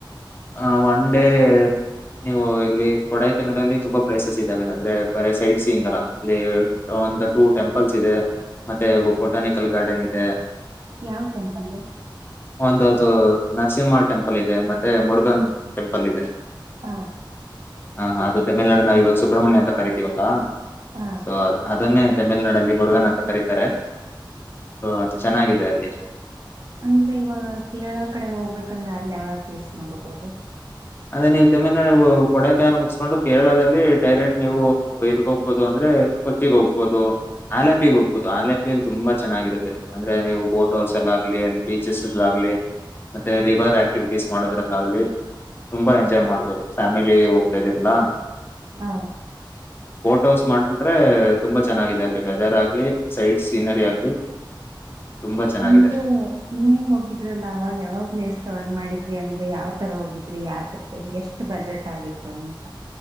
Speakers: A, on the left (about 25°); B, on the right (about 50°).
A: ಹ ಒನ್ ಡೇ ನೀವು ಇಲ್ಲಿ ಕೊಡಾಯಕ ನೆಲಲ್ಲಿ ತುಂಬಾ ಪ್ಲೇಸಸ್ ಇದಾವೆ ಅಂದ್ರೆ ಬೇರೆ ಸೈಟ್ ಸಿಂಗಲ್ಲಲ್ಲಿ ಟೂ ಟೆಂಪಲ್ ಲ್ಸ್ ಇದೆ ಮತ್ತೆ ಬೊಟಾನಿಕಲ್ ಗಾರ್ಡನ್ ಇದೆ
B: ಯಾವ ಟೆಂಪಲ್ಲ
A: ಒಂದೌದು ನರಸಿಂಹ ಟೆಂಪಲ್ ಇದೆ ಮತ್ತೆ ಮುರುಘನ್ ಟೆಂಪಲ್ ಇದೆ
B: ಹ
A: ಹ ಅದು ತಮಿಳ್ನಾಡು ನಾವು ಇವಾಗ ಸುಬ್ರಹ್ಮಣ್ಯ ಅಂತ ಕರಿತೀವಲ್ಲ
B: ಹ
A: ಸೊ ಅದನ್ನೇ ತಮಿಳ್ನಾಡು ಲ್ಲಿ ಮುರುಘನ ಅಂತ ಕರೀತಾರೆ ಅದು ಚೆನ್ನಾಗಿದೆ ಅಲ್ಲಿ
B: ಅಂದ್ರೆ ಇವಾಗ ಕೇರಳ ಕಡೆ ಹೋಗ್ಬೇಕಂದ್ರೆ ಅಲ್ಲಿ ಯಾವ್ಯಾವ ಪ್ಲೇಸ್ ನೋಗಬಹುದು
A: ಅಂದ್ರೆ ನೀವು ತಮಿಳ್ನಾಡು ಕೊಡಕಾಯಲ್ ಮುಗಸ್ಕೊಂಡು ಕೇರಳದಲ್ಲಿ ಡೈರೆಕ್ಟ್ ನೀವು ಎಲ್ಗ ಹೋಗ್ಬಹುದು ಅಂದ್ರೆ ಕೊಚ್ಚಿಗೌಪುದು ಆಲಪಿಗೆ ಹೋಗ್ಬಹುದು ಆಲಪಿಯಲ್ಲಿ ತುಂಬಾ ಚೆನ್ನಾಗಿರುತ್ತೆ ಅಂದ್ರೆ ನೀವು ಬೋಟ್ ಹೌಸ್ ಎಲ್ಲ ಆಗ್ಲಿ ಬೀಚಸ್ಲ್ಲ ಆಗ್ಲಿ ಮತ್ತೆ ರಿವರ್ ಆಕ್ಟಿವಿಟೀಸ್ ಮಾಡೋದ್ರಲ್ಲ ಆಗಲಿ ತುಂಬಾ ಎಂಜಾಯ್ ಮಾಡ್ಬೋದು ಫ್ಯಾಮಿಲಿ ಹೋಗ್ತಾ ಇದ್ದೀನಲ್ಲಾ
B: ಹಾ
A: ಹೌಸ್ ಮಾಡ್ಬಿಟ್ರೆ ತುಂಬಾ ಚೆನ್ನಾಗಿದೆ ಅಲ್ಲಿ ವೆದರ್ ಆಗ್ಲಿ ಸೈಡ್ ಸೀನರಿ ಆಗ್ಲಿ ತುಂಬಾ ಚೆನ್ನಾಗಿದೆ
B: ಅಂದ್ರೆ ನೀವ ಹೋಗಿದ್ರಲ್ಲ ಅವಾಗ ಯಾವಾಗ್ ಪ್ಲೇಸ್ ಕವರ್ ಮಾಡಿದ ್ರಿ ಅಂದ್ರೆ ಯಾವ್ ತರ ಹೋಗಿದ್ರಿ ಯಾ ಜತೆ ಎಷ್ಟು ಬಜೆಟ್ ಆಗಿತ್ತು ಅಂತ